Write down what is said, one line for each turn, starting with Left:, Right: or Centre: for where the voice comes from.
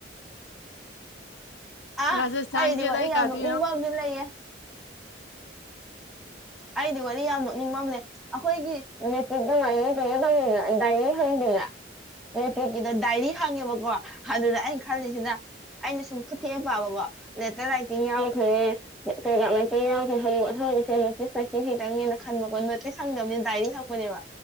Centre: ꯑꯥ
Left: ꯔꯁꯊꯥꯟꯒꯤꯦ
Centre: ꯑꯩꯗꯤ ꯋꯥꯔꯤ
Left: ꯇꯏ
Centre: ꯌꯥꯝ
Left: ꯀꯥꯗꯤ
Centre: ꯅꯣꯛꯅꯤꯡꯕ ꯑꯃꯗꯤ ꯂꯩꯌꯦ ꯑꯩꯗꯤ ꯋꯥꯔꯤ ꯌꯥꯝ ꯅꯣꯛꯅꯤꯡꯕꯝꯅꯦ ꯑꯩꯈꯣꯏꯒꯤ ꯃꯦꯇꯛꯇ ꯑꯩꯅ ꯀꯩꯅꯣ ꯇꯪꯗꯅ ꯗꯥꯏꯅꯤꯡ ꯍꯪꯗꯅ ꯑꯣ ꯄꯣꯛꯀꯤꯗ ꯗꯥꯏꯔꯤ ꯍꯪꯉꯦꯕꯀꯣ ꯑꯗꯨꯗ ꯑꯩꯅ ꯈꯜꯂꯤꯁꯤꯅ ꯑꯩꯅ ꯁꯨꯝ ꯈꯨ ꯊꯦꯛꯑ ꯄꯥꯕꯀꯣ ꯂꯦꯇꯔ ꯂꯥꯏꯇꯤꯡ ꯌꯥꯝꯈ꯭ꯔꯦ ꯀꯒ꯭ꯔꯥꯝ ꯂꯥꯏꯇꯤꯡ ꯌꯥꯝꯈ꯭ꯔꯦꯦ ꯅꯣꯇꯤꯁꯇꯁꯤꯈꯤꯇꯪꯅꯦꯅ ꯈꯟꯕꯀꯣ ꯅꯣꯇꯤꯁ ꯍꯪꯗꯕꯅꯤ ꯗꯥꯏꯔꯤ ꯍꯪꯕꯅꯦꯕ